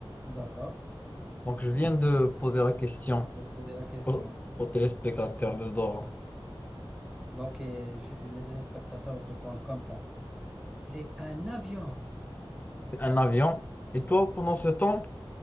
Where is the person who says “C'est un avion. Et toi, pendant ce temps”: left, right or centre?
Left